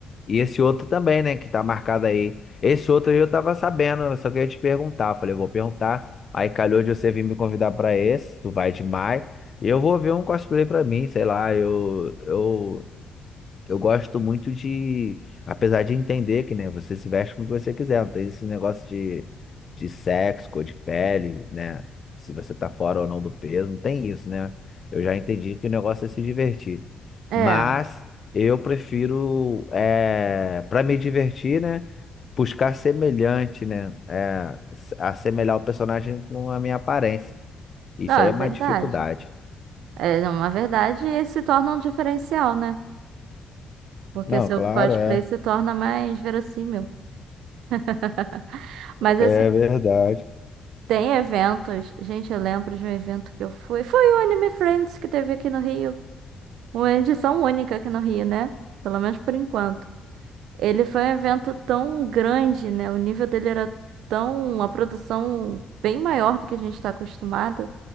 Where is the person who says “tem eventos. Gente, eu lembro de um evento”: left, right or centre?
Right